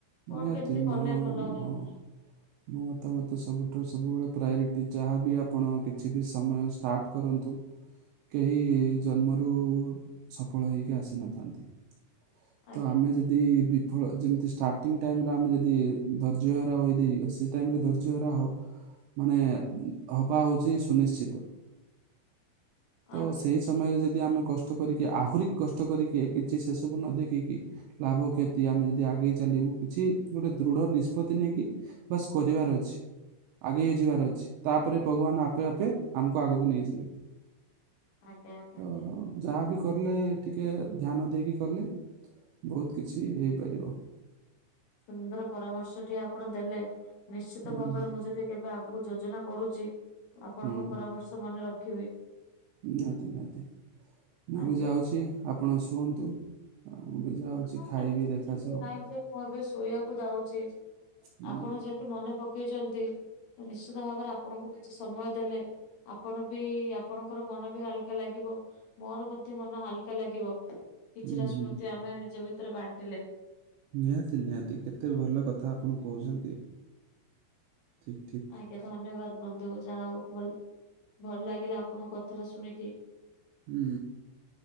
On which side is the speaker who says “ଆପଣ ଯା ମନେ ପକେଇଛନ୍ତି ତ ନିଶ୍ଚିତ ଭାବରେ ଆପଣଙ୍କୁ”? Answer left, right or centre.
Left